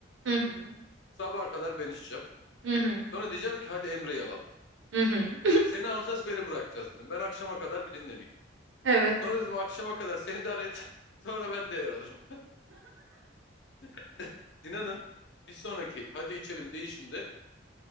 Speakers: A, on the right (about 85°); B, on the left (about 65°).
A: Hı hı.
B: Sabaha kadar ben içeceğim.
A: Hı hı.
B: Sonra diyeceğim ki hadi Emre'yi alalım.
A: Hı hı.
B: Seni alacağız beni bırakacağız dedim. Ben akşama kadar bir dinleneyim.
A: <laughs> Evet.
B: Sonra dedim akşama kadar seni de et. <laughs> Sonra ben devralırım. <laughs> Dinan'ın bir sonraki hadi içelim değişinde